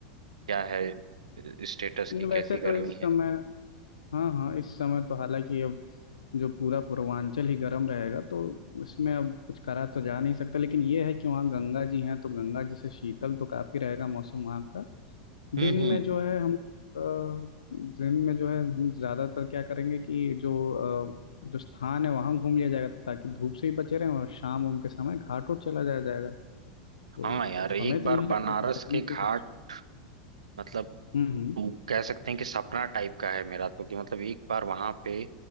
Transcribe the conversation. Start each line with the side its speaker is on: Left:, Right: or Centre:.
Right: क्या है स्टेटस
Left: न,
Right: की कैसी
Left: वैसे तो
Right: गर्मी
Left: इस
Right: है
Left: समय हाँ हाँ इस समय तो हालांकि अब जो पूरा पूर्वांचल ही गर्म रहेगा तो उसमें अब कुछ करा तो जा नहीं सकता लेकिन ये है कि वहाँ गंगा जी हैं तो गंगा जी से शीतल तो काफी रहेगा मौसम वहाँ का
Right: हम्म
Left: दिन
Right: हम्म
Left: में जो है हम अ, दिन में जो है हम ज्यादातर क्या करेंगे कि जो अ, जो स्थान है वहां घूम लिया जाएगा तो ताकि धूप से ही बचे रहें और शाम उम के समय घाट उठ चला जाया जाएगा तो
Right: हाँ यार एक
Left: हमें तो
Right: बार
Left: नहीं लगता
Right: बनारस
Left: कि गर्मी
Right: के घाट
Left: से कुछ
Right: मतलब
Left: हम्म
Right: वो कह सकते हैं कि सपना टाइप का है मेरा तो कि मतलब एक बार वहां पे